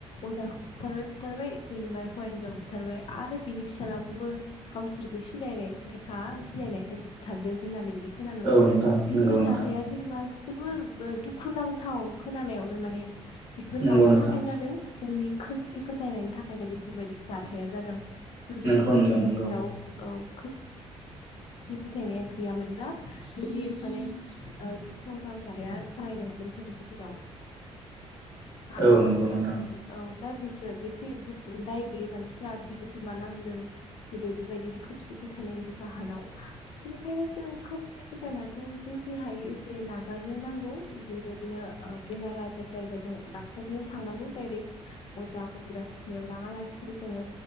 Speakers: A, on the left; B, on the right.
A: अजाखौ बुथारबाय बुथारबाय जेनेबा हौवा हिनजाव बुथारबाय आरो बिनि फिसालाखौबो गावसोरखौ सिनायनायलेखा सिनायनायखाय बुथारदों होननानै बिदि <unintelligible>
B: औ नोंथां
A: बेफोर
B: नंगौ
A: जाथाया
B: नोंथां
A: जेनेबा जोबोर ओ दुखु नां थाव खोनानायावनो माने बेफोर
B: नंगौ
A: मानि
B: नोंथां
A: थाखाय जादों जोंनि खोमसि फोथायनायनि थाखायनो बेफोरबायदि जाथाया जादों। जुदि
B: नोंखौ
A: जोंनि
B: नोंथां नंगौ
A: गेजेराव औ खोमसि सि फोथायनाया <unintelligible> बिदि माने गिख्रंथाव जानाया जालायदोंमोन जोंनि गेजेराव आरो
B: औ
A: जोङो
B: नंगौ नोंथां
A: औ दा बिसोर बेसे दुखु दाय गैयि मानसिफोरा जिउ गोमानांदों गोदो बिबायदिनो खोमसि फोथायनायनि जाहोनाव बेनिखायनो जों खोमसे फोथायायनायखौ जेसे हायो एसे नागारनो नांगौ बेबायदिनो ओ बेमार आजार जायोबा जों डाक्टरनियाव थांनांगौ डाइरेक्ट अजा गबिराजनियाव लाङा लासिनो जोङो